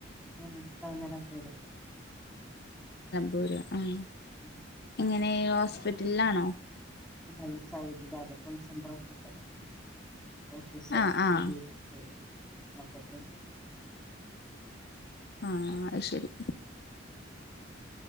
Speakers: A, in the centre; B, on the left.
A: ഉം കടല പോരും
B: പോരാ ആഹ്
A: ഉം
B: ന്നെ ഹോസ്പിറ്റലിലാണോ
A: <unintelligible> <unintelligible>
B: ആഹ് ആഹ് ആഹ് ആഹ് അഹ് ശെരി